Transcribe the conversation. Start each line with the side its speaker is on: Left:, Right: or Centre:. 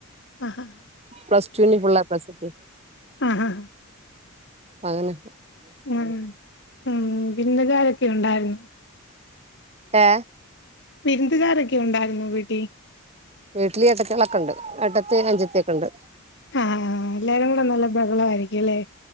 Left: ആഹ്
Right: പ്ലസ്റ്റുന് ഫുള്ളേപ്ലസിറ്റീറ്റ്
Left: അ.. ആ.. ഹ്
Right: അതെന്നെ
Left: മ്.. മ് ബിന്ന്ലാരൊക്കെ ണ്ടായിര്ന്നു
Right: ഏ..
Left: വിരുന്തുകാരൊക്കെ ഉണ്ടായിര്ന്നൊവീട്ടി
Right: വീട്ടില് ഏട്ടത്യേളക്കണ്ട് ഏട്ടത്തി ഒര ഞ്ചത്തൊക്കെണ്ട്
Left: ഹാ. ഹ് എല്ലാരും കൂടെ നല്ല ബഹളാ യിരിക്കുല്ലേ